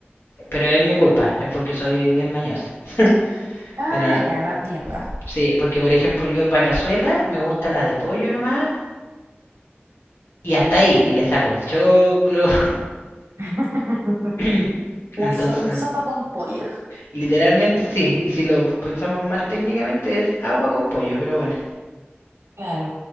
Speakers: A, on the left; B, on the right.
A: Pero es mi culpa, es porque soy bien mañosa. <laughs>
B: Ah,
A: Pero
B: ya, lo entiendo.
A: sí, porque por ejemplo yo para cazuela me gusta la de pollo nomás Y hasta ahí, y le saco el choclo.
B: <laughs>
A: <laughs>
B: La
A: Entonces,
B: so- sopa con pollo.
A: literalmente sí. Y si lo pensamos más técnicamente, es agua con pollo, pero bueno.
B: Claro,